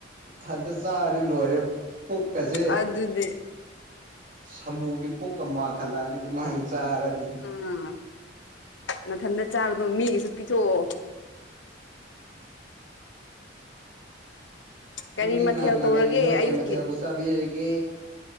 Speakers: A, on the right (about 45°); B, on the left (about 80°).
A: ꯏꯊꯟꯇ ꯆꯥꯔꯗꯤ ꯂꯣꯏꯔꯦ ꯄꯣꯛꯀꯁꯦ
B: ꯑꯗꯨꯗꯤ
A: ꯁꯥꯃꯨꯒꯤ ꯄꯨꯛꯀ ꯃꯥꯡꯈꯠꯂꯛꯑꯅꯤ ꯑꯗꯨꯃꯥꯏꯅ ꯆꯥꯔꯗꯤ
B: ꯎꯝ ꯅꯊꯟꯇ ꯆꯥꯕꯅꯣ ꯃꯤꯒꯤꯁꯨ ꯄꯤꯊꯣꯛꯑꯣ ꯀꯔꯤ
A: ꯅꯪꯗꯤ
B: ꯃꯊꯦꯜ
A: ꯀꯅꯥ ꯀꯅꯥ
B: ꯇꯧꯔꯒꯦ
A: ꯂꯩꯔꯤꯅꯣ
B: ꯑꯌꯨꯛꯀꯤ
A: ꯀꯩ ꯃꯊꯦꯜꯕꯨ ꯆꯥꯕꯤꯔꯒꯦ